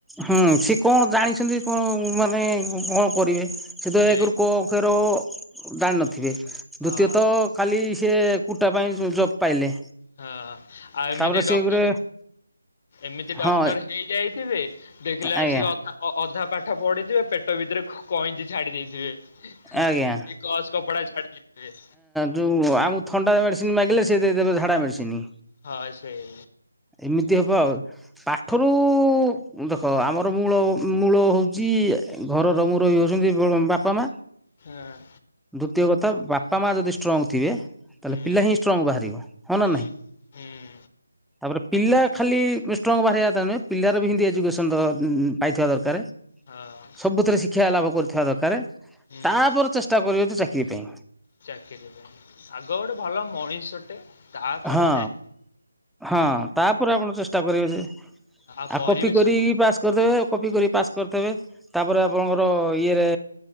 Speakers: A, in the centre; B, on the left (about 40°).
A: ହୁଁ, ସେ କଣ ଜାଣିଛନ୍ତି କଣ ମାନେ କଣ କରିବେ? ସେଥି
B: ଠିକ୍
A: <unintelligible> ଏକରୁ କୋଅ ଅକ୍ଷର ଜାଣି ନଥିବେ,
B: ହଁ।
A: ଦ୍ଵିତୀୟତଃ ଖାଲି ସେ କୁଟା ପାଇଁ ଜବ୍ ପାଇଲେ।
B: ହଁ, ଆଉ ଏମିତି
A: ତାପରେ ସିଏ
B: ଡକ୍ଟର
A: ଗୋଟେ
B: ଏମିତି ଡକ୍ଟର
A: ହଁ
B: ହେଇଯାଇଥିବେ ଦେଖିଲେ ଆସିକି
A: ଆଜ୍ଞା
B: ଅ ଧା ଅ-ଅଧା ପାଠ ପଢିଥିବେ, ପେଟ ଭିତରେ କଇଁଚି ଛାଡି ଦେଇଥିବେ।
A: ଆଜ୍ଞା
B: କି ଗଜ୍ କପଡ଼ା ଛାଡ଼ି ଦେଇଥିବେ।
A: ଯୋଉଁ ଆମକୁ ଥଣ୍ଡା ମେଡ଼ିସିନ୍ ମାଗିଲେ, ସେ ଦେଇଦେବେ ଝାଡ଼ା ମେଡ଼ିସିନି।
B: ହଁ ସେଇ
A: ଏମିତି ହବ ଆଉ, ପାଠରୁ ଦେଖ, ଆମର ମୂଳ ମୂଳ ହଉଚି, ଘରର ମୁରବି ହଉଛନ୍ତି, ବାପା, ମା।
B: ହାଁ।
A: ଦ୍ଵିତୀୟ କଥା, ବାପା ମା ଯଦି ଷ୍ଟ୍ରଙ୍ଗ ଥିବେ ତାହେଲେ
B: ହୁଁ
A: ପିଲା ହିଁ ଷ୍ଟ୍ରଙ୍ଗ୍ ବାହାରିବ। ହଁ ନା
B: ହୁଁ
A: ନାହିଁ
B: ହୁଁ।
A: ତାପରେ ପିଲା ଖାଲି ଷ୍ଟ୍ରଙ୍ଗ୍ ବାହାରିବା ତା ନୁହେଁ, ପିଲାର ବି ହିଁ ତି ଏଜୁକେସନ୍ ଦ ପାଇଥିବା ଦରକାରେ।
B: ହଁ
A: ସବୁଥିରେ ଶିକ୍ଷା ଲାଭ କରୁଥିବା ଦରକାରେ।
B: ହୁଁ
A: ତାପରେ ଚେଷ୍ଟା କରିବ ତ ଚାକିରି ପାଇଁ।
B: ଚାକିରି ପାଇଁ, ଆଗ ଗୋଟେ ଭଲ ମଣିଷଟେ। ତାପରେ
A: ହଁ।
B: ଯାଇ
A: ହଁ, ତାପରେ ଆପଣ ଚେଷ୍ଟା କରିବେ ଯେ,
B: ଆଉ
A: ଆ
B: ପରିବେଶକୁ
A: କପି କରିକି ପାସ୍ କରିଦେବେ, କପି କରିକି ପାସ୍ କରିଥେବେ। ତାପରେ ଆପଣଙ୍କର ଇଏରେ,